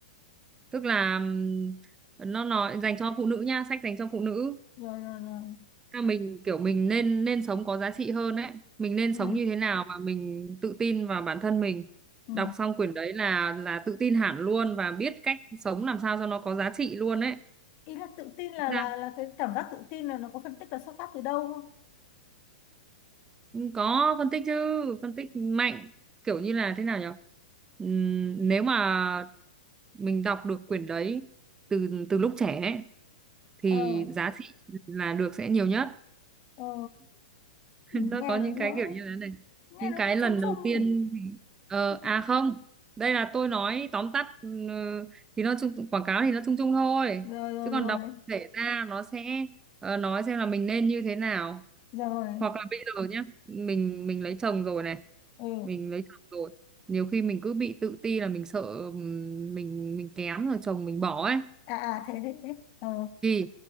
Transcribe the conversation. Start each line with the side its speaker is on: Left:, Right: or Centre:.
Right: tức là ừm, nó nói dành cho phụ nữ nha sách dành cho phụ nữ
Left: Rồi rồi rồi.
Right: Là mình kiểu mình nên nên sống có giá trị hơn đấy mình nên
Left: Ừ.
Right: sống như thế nào mà mình tự tin vào bản thân mình
Left: Ừ.
Right: đọc xong quyển đấy là là tự tin hẳn luôn và biết cách sống làm sao cho nó có giá trị luôn đấy
Left: Ý là tự tin là
Right: ra
Left: là là cái cảm giác tự tin là nó có phân tích là xuất phát từ đâu không?
Right: có phân tích chứ phân tích mạnh kiểu như là thế nào nhỉ Ừm, nếu mà mình đọc được quyển đấy từ từ lúc trẻ ấy, thì
Left: Ờ
Right: giá trị là được sẽ nhiều nhất
Left: ờ
Right: <laughs>
Left: ừ,
Right: nó
Left: nghe
Right: có
Left: nó
Right: những
Left: nó
Right: cái kiểu như thế này
Left: nghe
Right: những
Left: nó
Right: cái
Left: cũng
Right: lần
Left: chung chung
Right: đầu tiên
Left: nhỉ.
Right: thì ờ, à
Left: <laughs>
Right: không đây là tôi nói tóm tắt ừ, thì nó chung quảng cáo thì nó chung chung thôi
Left: rồi rồi
Right: chứ còn
Left: rồi
Right: đọc thể ra nó sẽ ờ, nói xem là mình nên như thế nào
Left: rồi
Right: hoặc là bây giờ nhá mình mình lấy chồng rồi này
Left: ừ
Right: mình lấy chồng rồi nhiều khi mình cứ bị tự ti là mình sợ ừm, mình mình kém rồi chồng mình bỏ ấy
Left: à à thế thế thế ờ
Right: thì